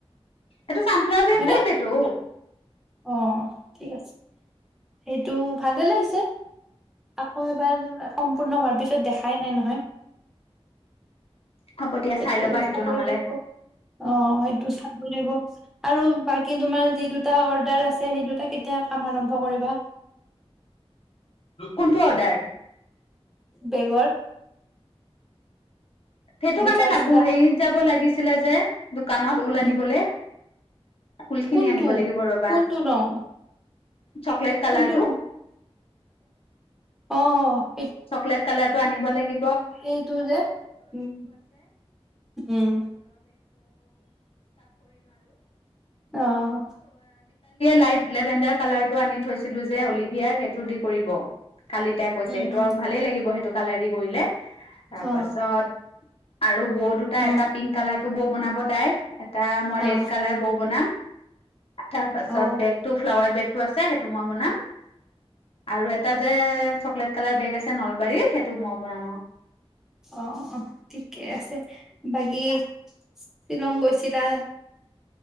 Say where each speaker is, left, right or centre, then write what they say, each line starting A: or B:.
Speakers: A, on the left; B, in the centre.
A: এইটো চানফ্লাৱাৰ বেগ
B: হয়নে
A: টাইপটো
B: অ ঠিক আছে সেইটো ভালে লাগিছে আকৌ এবাৰ সম্পূৰ্ণ হোৱাৰ পিছত দেখাই নাই নহয়
A: হ'ব দিয়া
B: এইটো
A: চাই ল'বা সেইটো
B: চাব
A: নহ'লে।
B: লাগিব অ এই টো চাব লাগিব আৰু বাকী বাকী তোমাৰ যি দুটা অৰ্ডাৰ আছে সেই দুটা কেতিয়া কাম আৰম্ভ কৰিবা
A: কোনটো অৰ্ডাৰ
B: বেগৰ
A: সেইটো
B: বিকাশ
A: কাৰণে লাগো
B: দা
A: হেৰিত যাব লাগিছিলে যে দোকানত ওল
B: উম
A: আনিবলৈ ফুল খিনি
B: কোনটো
A: আনিব লাগিব ৰবা
B: কোনটো ৰং
A: চকলেট কালাৰটো।
B: কোনটো অঁ
A: চকলেট কালাৰ কলিয়ে
B: এইটো যে উম উম অ
A: লাইট লেভেণ্ডাৰ কালাৰটো আনি থৈছিলো যে অলিভিয়াৰ সেইটো দি কৰিব কালি তাই কৈছে
B: উম
A: ত
B: উম
A: ভালেই লাগিব সেইটো কাৰণে দি কৰিলে তাৰপাছত
B: অ
A: আৰু বৌ দুটা
B: উম
A: এটা পিংক কালাৰ টো বৌ বনাব তাই এটা মই
B: অ
A: ৰেড কালাৰ বৌ বনাম তাৰপাছত
B: অ
A: বেগ টো ফ্লাৱাৰ বেগ আছে সেইটো মই বনাম আৰু এটা যে চকলেট কালাৰ বেগ আছে নলবাৰীৰ সেইটো মই বনাম আৰু
B: আহ আহ ঠিকে আছে বাকী
A: সেই দুটা
B: শ্বিলং গৈছিলা